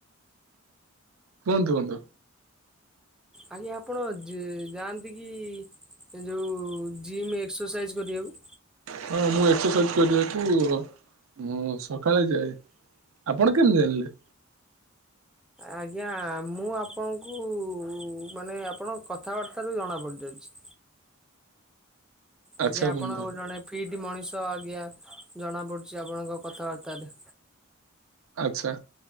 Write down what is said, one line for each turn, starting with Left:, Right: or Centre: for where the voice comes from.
Right: କୁହନ୍ତୁ କୁହନ୍ତୁ
Centre: ଆଜି ଆପଣ ଯାଆନ୍ତି କି ଏ ଯୋଉ ଜିମ୍ ଏକ୍ସରସାଇଜ କରିବାକୁ।
Right: ହଁ ମୁଁ ଏକ୍ସରସାଇଜ କରିବାକୁ ସକାଳେ ଯାଏ। ଆପଣ କେମିତି ଜାଣିଲେ।
Centre: ଆଜ୍ଞା ମୁଁ ଆପଣଙ୍କୁ ମାନେ ଆପଣଙ୍କ କଥାବାର୍ତ୍ତାାରୁ ଜଣା ପଡ଼ିଯାଉଛି।
Right: ଆଚ୍ଛା
Centre: ଆଜ୍ଞା ଆପଣଙ୍କୁ
Right: ବନ୍ଧୁ
Centre: ଜଣେ ଫିଟ ମଣିଷ ଆଜ୍ଞା ଜଣା ପଡୁଛି ଆପଣଙ୍କ କଥାବାର୍ତ୍ତାରେ।
Right: ଆଚ୍ଛା